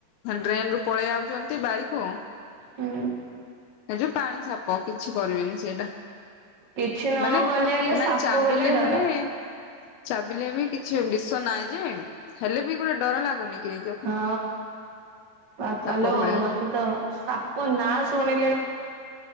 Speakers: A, on the left (about 80°); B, on the right (about 35°).
A: ଡ୍ରେନ ରୁ ପଳେଇ ଆଉଛନ୍ତି ବାରିକୁ।
B: ହୁଁ।
A: ଏ ଯୋଉ ପାଣି ସାପ କିଛି କରିବେନି ସେଇଟା।
B: କିଛି ନ
A: ମାନେ
B: ଗଲେ ହେଲେ
A: ନା
B: ସାପ
A: ଚାବିଲେ
B: ବୋଲେ ଡର।
A: ହେଲେ। ଚାବିଲେ ବି କିଛି ବିଷ ନାହିଁ ଯେ ହେଲେ ବି ଗୋଟେ ଡର ଲାଗୁନି। କି ନିଜକୁ
B: ହଁ ବାପାଲୋ
A: ସାପ ଭଳିଆ
B: ମତେତ ସାପ ନାଁ ଶୁଣି